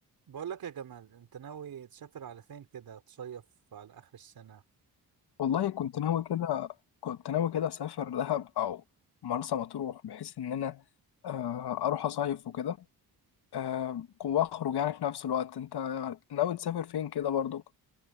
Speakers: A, on the right (about 65°); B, on the left (about 80°).
A: بقول لك يا جمال انت ناوي تسافر على فين كده تصيف على اخر السنة
B: والله كنت ناوي كده كنت ناوي كده أسافر دهب أو مرسى مطروح بحيث إن أنا آه، أروح أصيف وكده آه، وأخرج يعني في نفس الوقت أنت ناوي تسافر فين كده برضو